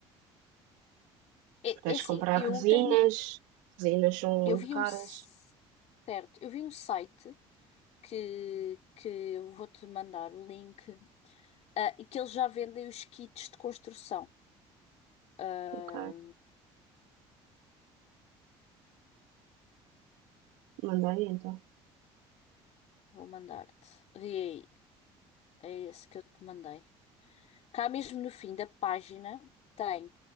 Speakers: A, on the left; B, on the right.
A: É,
B: Tens
A: é assim,
B: de comprar
A: eu
B: resinas,
A: tenho,
B: resinas são muito
A: eu vi
B: caras.
A: um, s- certo, eu vi um site que, que eu vou-te mandar o link, ah, e que eles já vendem os kits de construção. Ah,
B: Ok, manda aí então.
A: vou mandar-te. Vê aí. É esse que eu te mandei. Cá mesmo no fim da página tem